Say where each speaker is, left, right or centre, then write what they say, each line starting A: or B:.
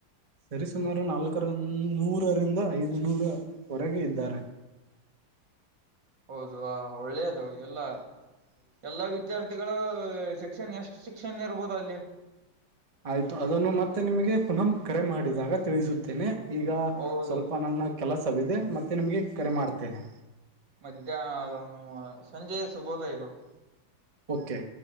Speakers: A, on the right; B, on the right.
A: ಸರಿಸುಮಾರು ನಾಲ್ಕರ ನೂರರಿಂದ ಐದು ನೂರವರೆಗೆ ಇದ್ದಾರೆ.
B: ಹೌದು ಆ ಒಳ್ಳೇದು ಎಲ್ಲಾ ಎಲ್ಲಾ ವಿದ್ಯಾರ್ಥಿಗಳ ಶಿಕ್ಷಣ ಎಷ್ಟು ಶಿಕ್ಷಣ ಇರ್ಬೋದು ಅಲ್ಲಿ.
A: ಆಯ್ತು ಅದನ್ನು ಮತ್ತೆ ನಿಮಗೆ ಪುನಃ ಕರೆ ಮಾಡಿದಾಗ ತಿಳಿಸುತ್ತೇನೆ ಈಗ
B: ಹೌದು
A: ಸ್ವಲ್ಪ ನನ್ನ ಕೆಲಸವಿದೆ ಮತ್ತೇ ನಿಮಗೆ ಕರೆ ಮಾಡ್ತೇನೆ.
B: ಮಧ್ಯಾಹ್ ಸಂಜೆಯ ಸುಭೋದಯಗಳು.
A: ಓಕೆ